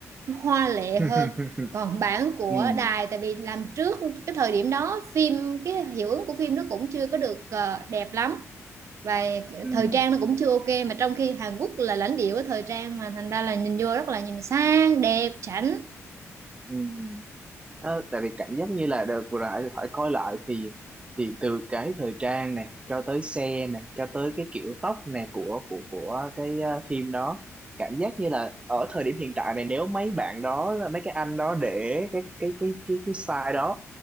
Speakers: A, on the right; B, on the right.
A: nó hoa lệ
B: <laughs>
A: hơn còn bản của
B: Ừm,
A: đài tại vì làm trước cái thời điểm đó phim cái hiệu ứng của phim nó cũng chưa có được ờ, đẹp lắm và
B: ừm,
A: thời trang nó cũng chưa ok mà trong khi Hàn Quốc là lãnh địa của thời trang mà thành ra là nhìn vô rất là nhìn sang đẹp chảnh
B: ừm. Ờ, tại vì cảm giác như là đợt vừa lại phải coi lại thì thì từ cái thời trang này cho tới xe này cho tới cái kiểu tóc này của của của cái ờ, phim đó cảm giác như là ở thời điểm hiện tại này nếu mấy bạn đó mấy cái anh đó để cái cái cái cái cái style đó